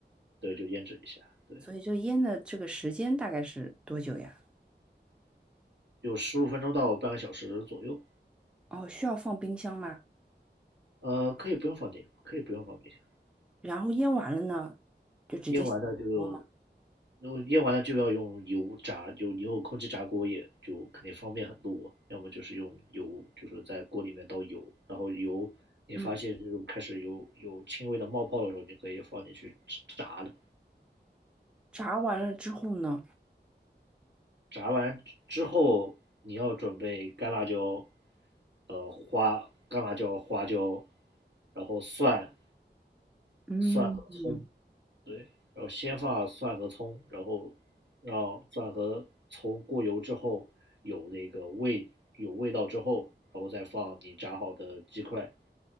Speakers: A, on the right; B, in the centre.
A: 对，就腌制一下，对，
B: 所以就腌的这个时间大概是多久呀？
A: 有十五分钟到半个小时左右，
B: 哦，需要放冰箱吗？
A: 呃，可以不用放进，可以不用放冰箱，
B: 然后腌完了呢，就直接下锅吗？
A: 腌完了就然后腌完了就要用油炸，就你用空气炸锅也就肯定方便很多。要么就是用油，就是在锅里面倒油，然后油你发现就是开始有有轻微的冒泡的时候，
B: 嗯。
A: 你可以放进去炸的。
B: 炸完了之后呢？
A: 炸完之后，你要准备干辣椒，呃，花干辣椒、花椒，然后蒜、
B: 嗯嗯，
A: 蒜和葱，对，然后先放蒜和葱，然后让蒜和葱过油之后有那个味有味道之后，然后再放你炸好的鸡块，